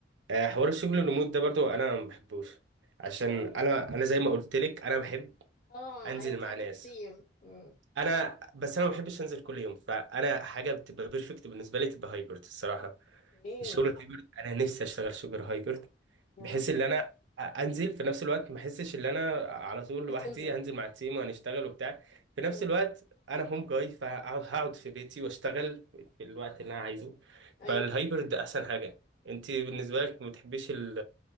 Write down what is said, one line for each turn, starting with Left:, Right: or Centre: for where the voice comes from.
Right: آه حوار الشغل الريموت ده برضو انا ما بحبوش عشان
Left: ليه
Right: انا انا زي ما قلت لك انا بحب
Left: اه
Right: انزل
Left: ايوه بتحب
Right: مع ناس
Left: التيم مم.
Right: انا بس انا ما بحبش انزل كل يوم فانا حاجه بتبقى بيرفكت بالنسبه لي تبقى هايبرد الصراحه
Left: ايه
Right: الشغل الهايبرد انا نفسي اشتغل شغل هايبرد
Left: آه.
Right: بحيث ان انا انزل في نفس الوقت ما احسش ان انا على طول لوحدي
Left: بتنزل
Right: هنزل مع التيم وهنشتغل وبتاع في نفس
Left: مم.
Right: الوقت انا هوم جاي فهقعد في بيتي واشتغل في الوقت اللي انا عايزه
Left: ايوه
Right: فالهايبرد احسن حاجه انت بالنسبه لك ما بتحبيش ال...